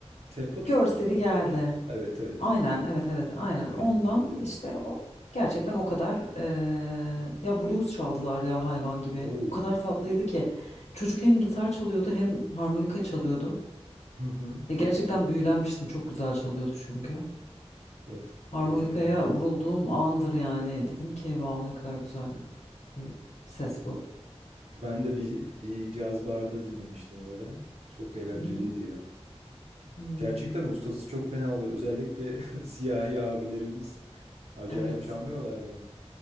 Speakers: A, on the right; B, on the left.
A: tempo tuttular
B: Görseli
A: mı?
B: geldi.
A: Evet, evet.
B: Aynen evet evet aynen
A: Ay
B: ondan
A: neydi ya?
B: işte o gerçekten o kadar eee, ya blues çaldılar ya hayvan gibi
A: Oo.
B: o kadar tatlıydı ki çocuk hem gitar çalıyordu hem harmonika çalıyordu
A: Hı hı.
B: ya gerçekten büyülenmiştim çok güzel çalıyordu çünkü
A: Of,
B: harmonikaya
A: yetenekli.
B: vurulduğum andır yani dedim ki wow ne kadar güzel bir ses bu
A: Ben de bir, bir caz barda dinlemiştim öyle. Çok eğlenceliydi
B: Hı hı.
A: ya.
B: Hmm.
A: Gerçekten ustası çok fena oluyor. Özellikle <laughs> siyahi abilerimiz acayip
B: evet
A: çalmıyorlar mı?